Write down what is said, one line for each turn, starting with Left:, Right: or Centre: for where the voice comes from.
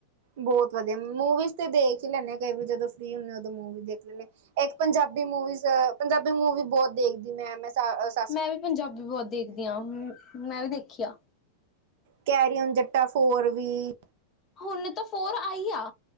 Right: ਬਹੁਤ ਵਧੀਆ, ਮੂਵੀਜ਼ ਤੇ ਦੇਖ ਈ ਲੈਂਨੇ ਆ ਕਈ ਵੀ ਜਦੋਂ ਫ੍ਰਰੀ ਹੁੰਨੇ ਉਦੋਂ ਮੂ ਦੇਖ ਲੈਂਨੇਂ, ਇੱਕ ਪੰਜਾਬੀ ਮੂਵੀ-ਜ਼- ਪੰਜਾਬੀ ਮੂਵੀ ਬਹੁਤ ਦੇਖਦੀ ਮੈਂ, ਮੈਂ ਸਅ
Left: ਮੈਂ ਵੀ ਪੰਜਾਬੀ ਬਹੁਤ ਦੇਖਦੀ ਆਂ ਮੈਂ-ਅ ਵੀ ਦੇਖੀ ਆ।
Right: ਕੈਰੀ ਔਨ ਜੱਟਾ ਫੋਰ ਵੀ।
Left: ਹੁਨ ਤਾ ਫੋਰ ਆਈ ਆ।